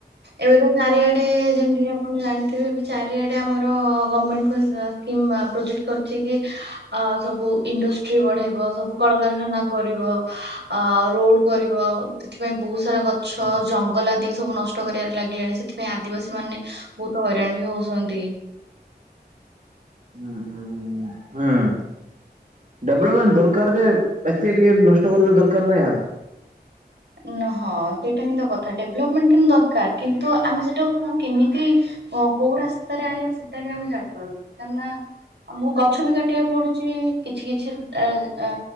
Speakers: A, on the right; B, on the right.
A: ଏବେ ତ ଚାରିଆଡେ, ଯେମିତି କି ଆପଣ ଜାଣିଥିବେ ଏବେ ଚାରିଆଡେ ଆମର ଗଭର୍ଣମେଣ୍ଟ୍ <unintelligible> କିମ୍ବା ପ୍ରୋଜେକ୍ଟ କରିଛି କି ଆ ସବୁ ଇଣ୍ଡଷ୍ଟ୍ରି ବଢେଇବ, ସବୁ କଳକାରଖାନା କରିବ। ଆ ରୋଡ କରିବ ସେଥିପାଇଁ ବହୁତ ସାରା ଗଛ ଜଙ୍ଗଲ ଆଦି ସବୁ ନଷ୍ଟ କରିବାରେ ଲାଗିଲାଣି। ସେଥିପାଇଁ ଆଦିବାସୀ ମାନେ ବହୁତ ହଇରାଣ ବି ହଉଛନ୍ତି।
B: ହଁ ହୁଁ। ଡେଭଲପମେଣ୍ଟ ଦରକାର ଯେ ଏତିକି ଟିକେ ନଷ୍ଟ କରିବା ଦରକାର ନାହିଁ ଆଉ
A: ନ ହଁ ସେଇଟା ହିଁ ତ କଥା। ଡେଭଲପମେଣ୍ଟ ଦରକାର କିନ୍ତୁ ଆମେ ସେଟାକୁ କିମିତି ଓ କୋଉ ରାସ୍ତାରେ ଆଣିବା ସେଇଟା ବି ଆମେ ଜାଣିପାରୁନୁ। କାହିଁକି ନା ଆମକୁ ଗଛ ବି କାଟିବାକୁ ପଡୁଛି। କିଛି କିଛି ଆ ଆ